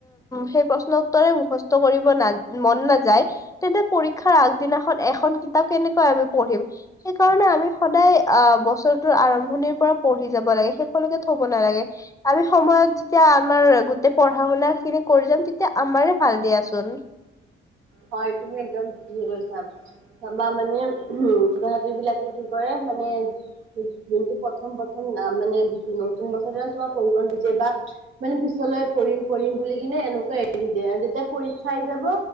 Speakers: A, on the left; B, on the right.
A: সেই প্ৰশ্ন উত্তৰে মুখস্থ কৰিব ন মন নাযায় তেন্তে পৰীক্ষাৰ আগদিনাখন এখন কিতাপ কেনেকৈ আমি পঢ়িম। সেই কাৰণে আমি সদায় অ', বছৰটোৰ আৰম্ভণিৰ পৰা পঢ়ি যাব লাগে শেষৰলৈকে থ'ব নালাগে। সময়ত যেতিয়া আমাৰ গোটেই পঢ়া-শুনা খিনি কৰি যাম, তেতিয়া আমাৰে ভাল দিয়াচোন।
B: হয়, তুমি একদম থিকে কৈছা। আমাৰ মানে উহ, ছাত্ৰ-ছাত্ৰী বিলাকে কি কৰে মানে যোনটো প্ৰথম প্ৰথম মানে নতুন বছৰ <unintelligible> মানে পিছলৈ পঢ়িম পঢ়িম বুলি কিনে এনেকুৱা এৰি দিয়ে আৰু যেতিয়া পৰীক্ষা আহি যাব।